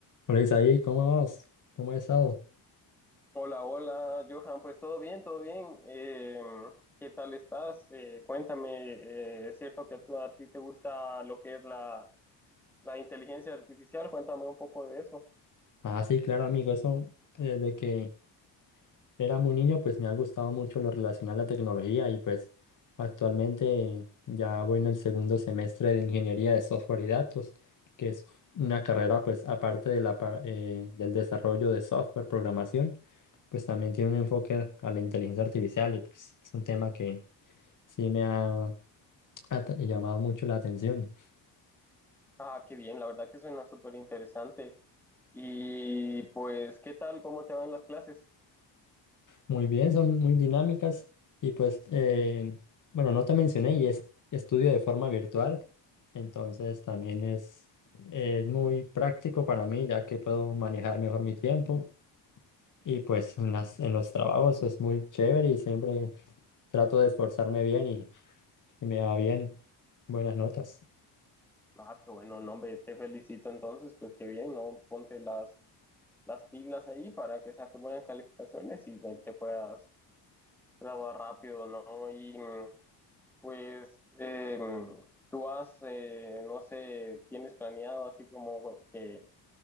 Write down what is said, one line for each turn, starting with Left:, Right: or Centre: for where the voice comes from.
Left: Hola Isaí, ¿cómo vas? ¿Cómo has estado?
Centre: Hola, hola, Johan, pues todo bien, todo bien. Eh, ¿qué tal estás? Eh, cuéntame, eh, ¿es cierto que tú, a ti te gusta lo que es la, la inteligencia artificial? Cuéntame un poco de eso.
Left: Ah, sí, claro, amigo, eso desde que era muy niño, pues me ha gustado mucho lo relacionado a la tecnología y pues actualmente ya voy en el segundo semestre de ingeniería de software y datos, que es una carrera pues aparte de la, par- eh, del desarrollo de software, programación, pues también tiene un enfoque a la inteligencia artificial y pues es un tema que sí me ha ha t- llamado mucho la atención.
Centre: Ah, qué bien, la verdad que suena súper interesante. Y pues, ¿qué tal? ¿Cómo te van las clases?
Left: Muy bien, son muy dinámicas y pues, eh, bueno, no te mencioné y es estudio de forma virtual, entonces también es, es muy práctico para mí ya que puedo manejar mejor mi tiempo y pues en las, en los trabajos es muy chévere y siempre trato de esforzarme bien y, y me va bien, buenas notas.
Centre: Ah, qué bueno, no, hombre, te felicito entonces, pues qué bien, ¿no? Ponte las, las pilas ahí para que saques buenas calificaciones y te puedas graduar rápido, ¿no? Y mm, Pues eh, tú has, eh, no sé, tienes planeado así como que